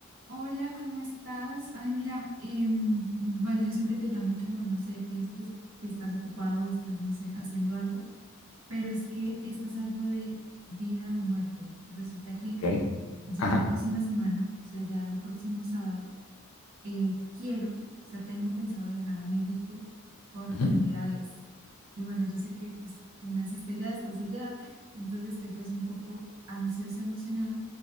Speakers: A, on the right; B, on the left.
A: Hola, ¿cómo estás? Ay, mira, em, bueno, yo siempre te llamo como, no sé, pienso que, es- que estás ocupado, estás, no sé, haciendo algo, pero es que esto es algo de vida o muerte. Resulta que
B: Ok,
A: ya
B: ajá,
A: la próxima semana, o sea, ya el próximo sábado, eh, quiero, o sea, tengo pensado viajar a México por
B: ujú,
A: primera vez. Y bueno, yo sé que pues, tú naciste allá, estás allá, entonces estoy pues un poco ansiosa, emocionada,